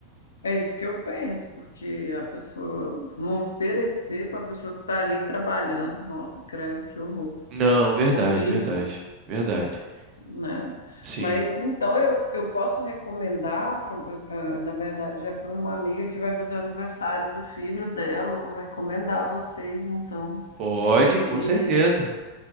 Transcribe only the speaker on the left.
é isso que eu penso, porque a pessoa não oferecer para a pessoa que está ali trabalhando, nossa, credo, que horror,
horrível,
né?
Mas então eu, eu posso recomendar, pra- um, eu, ah, na verdade, é para uma amiga que vai fazer o aniversário do filho dela, eu vou recomendar a vocês, então.
E